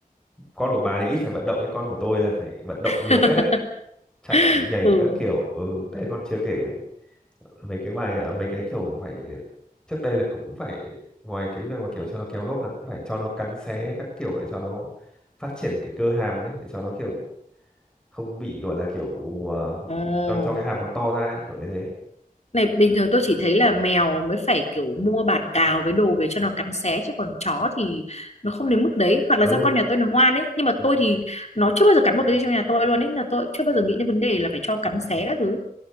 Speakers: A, in the centre; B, on the left.
A: con của bà thì ít phải vận động nhưng con của tôi là phải vận động
B: <laughs>
A: nhiều phết đấy chạy nhảy
B: ừ
A: các kiểu ừ, đấy còn chưa kể mấy cái bài à, mấy cái kiểu phải trước đây là cũng phải ngoài cái việc mà kiểu cho nó kéo lốp là cũng phải cho nó cắn xé các kiểu để cho nó phát triển cái cơ hàm ấy để cho nó kiểu không bị gọi là kiểu ờ,
B: ồ
A: cho cho cái hàm nó to ra ấy kiểu như thế
B: này bình thường tôi chỉ thấy là mèo mới phải kiểu mua bàn cào với đồ về cho nó cắn xé chứ còn chó thì nó không đến mức đấy hoặc là
A: ừ
B: do con nhà tôi nó ngoan ấy nhưng mà
A: Ừ.
B: tôi thì nó chưa bao giờ cắn một cái gì trong nhà tôi luôn ấy là tôi chưa bao giờ nghĩ đến vấn đề là phải cho cắn xé các thứ